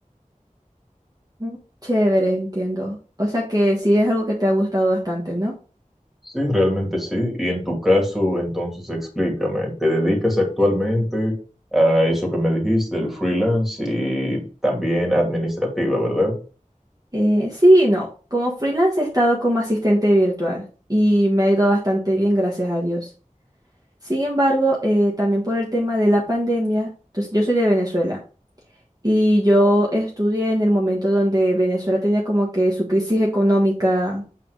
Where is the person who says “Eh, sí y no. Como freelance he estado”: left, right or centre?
Right